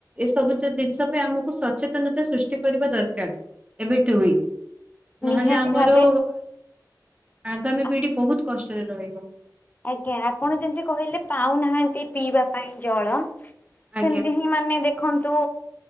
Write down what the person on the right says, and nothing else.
ଏସବୁ ଜିନିଷ ପାଇଁ ଆମକୁ ସଚେତନତା ସୃଷ୍ଟି କରିବା ଦରକାର। ଏବେଠୁ ହିଁ,
ନହେଲେ ଆମର
ଆଗାମୀ
ପିଢି ବହୁତ କଷ୍ଟରେ ରହିବ।
ଆଜ୍ଞା